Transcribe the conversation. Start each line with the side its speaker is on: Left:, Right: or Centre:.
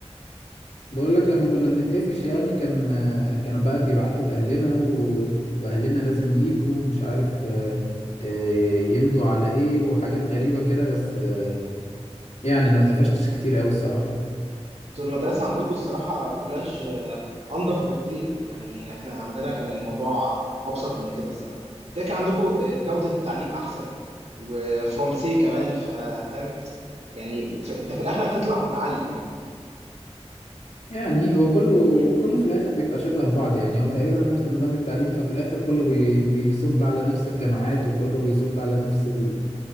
Left: بقول لك لما كنا بنتقفش يعني كان كانوا بقى بيبعتوا لأهلنا و... و- وأهلنا لازم يجوا مش عارف آه، آه، يمضوا على إيه وحاجات غريبة كده بس آه، يعني أنا ما اتقفشتش كتير أوي الصراحة
Right: انتوا المدرسة عندكم الصراحة كلاج آه، أنضف بكتير يعني احنا عندنا كان الموضوع أبسط من كده الصراحة كده كان عندكم آه، جودة التعليم أحسن وفرنسي كمان ف- فاهم يعني ف- انت في الآخر هتطلع متعلم يعني
Left: يعني هو كله
Right: مم.
Left: كله في الاخر بيبقى شبه بعض يعني هو تقريبا نفس نظام التعليم ففي الاخر كله بي بيصب على نفس الجامعات وكله بيصب على نفس ال-